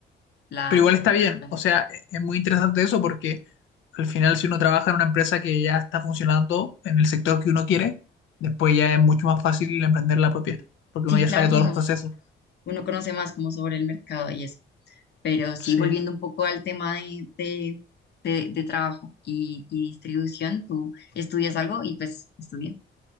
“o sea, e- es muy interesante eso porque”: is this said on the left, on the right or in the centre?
Left